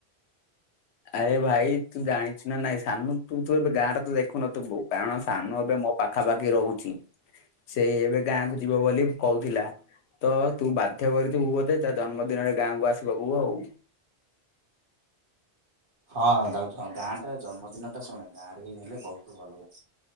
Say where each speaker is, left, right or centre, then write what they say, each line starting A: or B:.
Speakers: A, on the left (about 85°); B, on the right (about 55°).
A: ଆରେ ଭାଇ ତୁ ଜାଣିଛୁ ନା ନାଇଁ ସାନୁ ତୁ ତୁ ଏବେ ଗାଁରେ ତ ଦେଖୁନଥୁବୁ କାରଣ ସାନୁ ଏବେ ମୋ ପାଖାପାଖି ରହୁଛି ସେଇ ଏବେ ଗାଁ କୁ ଯିବ ବୋଲି କହୁଥିଲା। ତ ତୁ ବାଧ୍ୟ କରିଥିବୁ ବୋଧେ ତା ଜନ୍ମଦିନରେ ଗାଁକୁ ଆସିବ ପୁବୁ ଆଉ।
B: ହଁ ଯାଉଁ ଗାଁ ଟା ଜନ୍ମଦିନଟା ଶୁଣେ ଗାଁ ରେ ହେଇ ଗଲେ ବହୁତ ଭଲ ଲାଗେ।